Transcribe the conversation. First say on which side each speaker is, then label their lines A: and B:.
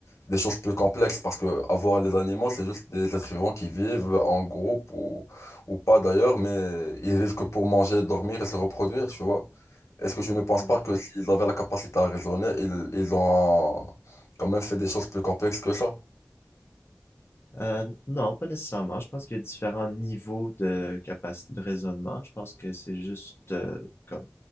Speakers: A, on the left (about 80°); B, on the left (about 50°).
A: des choses plus complexes parce que avoir les animaux, c'est juste des êtres vivants qui vivent en groupe ou, ou pas d'ailleurs, mais ils vivent que pour manger, dormir et se reproduire, tu vois. Est-ce que je ne pense
B: Mhm.
A: pas que s'ils avaient la capacité à raisonner, ils, ils ont quand même fait des choses plus complexes que ça?
B: Euh, non, pas nécessairement. Je pense qu'il y a différents niveaux de capacité de raisonnement. Je pense que c'est juste euh, comme